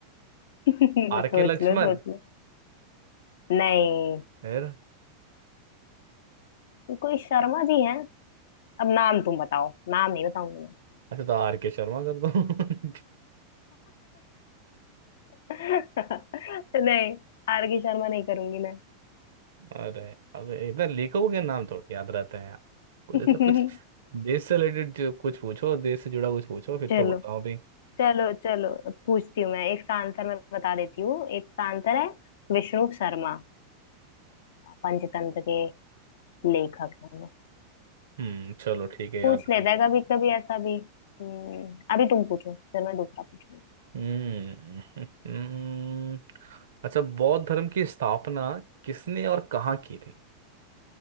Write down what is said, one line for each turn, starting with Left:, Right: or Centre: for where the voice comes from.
Left: <laughs>
Right: आर
Left: सोच
Right: के लक्ष्मण
Left: लो सोच लो नहीं
Right: फिर
Left: कोई शर्मा जी हैं अब नाम तुम बताओ नाम नहीं बताऊंगी
Right: अच्छा तो आर के शर्मा कर दो <laughs>
Left: मैं <laughs> नहीं आर के शर्मा नहीं करूंगी मैं
Right: अरे अब इतना लेखकों के नाम थोड़ी याद रहते हैं यार कुछ
Left: <laughs>
Right: ऐसा कुछ देश से रिलेटेड कुछ पूछो देश से जुड़ा कुछ पूछो फिर
Left: चलो
Right: तो बताओ भी
Left: चलो चलो पूछती हूँ मैं इसका आंसर मैं बता देती हूँ इसका आंसर है विष्णु शर्मा पंचतंत्र के लेखक है वो
Right: हम्म चलो ठीक है याद
Left: पूछ लेता
Right: रहेगा
Left: है कभी कभी ऐसा भी हम्म, अभी तुम पूछो फिर मैं दूसरा पूछूंगी
Right: हम्म हम्म, अच्छा बौद्ध धर्म की स्थापना किसने और कहाँ की थी